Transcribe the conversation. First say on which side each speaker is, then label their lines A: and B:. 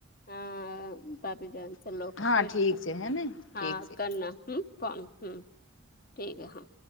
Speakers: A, on the left; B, on the left.
A: ہاں پاپی جان چلو
B: ہاں
A: پھر
B: ٹھیک سے ہے نا ٹھیک
A: ہاں
B: سے
A: کرنا ہمم فون ہمم ٹھیک ہے ہاں